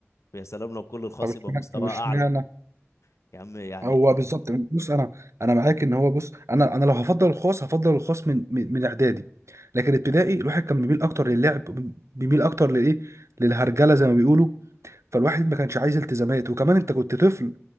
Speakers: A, on the left; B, on the right.
A: ويا سلام لو كل الخاص
B: طب اشمعنى
A: يبقى مستوى
B: طب اشمعنى
A: اعلى يا عم يعني
B: هو بالظبط بص انا انا معاك ان هو بص انا انا لو هفضل الخاص هفضل الخاص من من, من اعدادي لكن ابتدائي الواحد كان بيميل اكتر للعب بيميل اكتر لايه للهرجله زي ما بيقولوا فالواحد ما كانش عايز التزامات وكمان انت كنت طفل